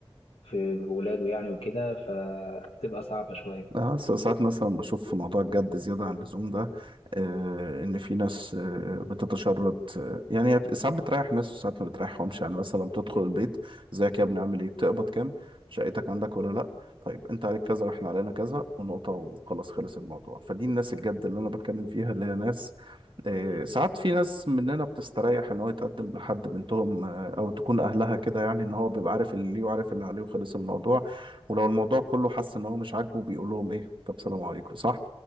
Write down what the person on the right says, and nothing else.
اه س- ساعات مثلا بشوف في موضوع الجد زيادة عن اللزوم ده آه ان في ناس آه بتتشرط آه يعني هي ساعات بتريح ناس وساعات ما بتريحهمش يعني مثلا بتدخل البيت ازيك يا ابني عامل ايه بتقبض كام شقتك عندك ولا لا طيب انت عليك كذا واحنا علينا كذا ونقطة وخلاص خلص الموضوع فدي الناس الجد اللي انا بتكلم فيها اللي هي ناس آه ساعات في ناس مننا بتستريح ان هو يتقدم لحد بنتهم آه او تكون اهلها كده يعني ان هو بيبقى عارف اللي ليه وعارف اللي عليه وخلص الموضوع ولو الموضوع كله حس ان هو مش عاجبه بيقول لهم ايه طب سلام عليكم صح